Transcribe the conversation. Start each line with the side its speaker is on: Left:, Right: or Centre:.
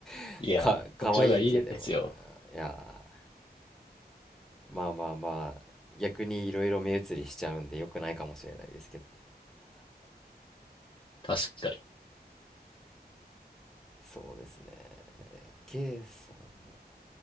Centre: <laughs>
Left: いやー、
Centre: か、可愛いけども、
Left: そっちの方がいいですよ。
Centre: いやー、まあまあまあ、逆にいろいろ目移りしちゃうんで良くないかもしれないですけど。
Left: 確かに。
Centre: そうですね。K さん、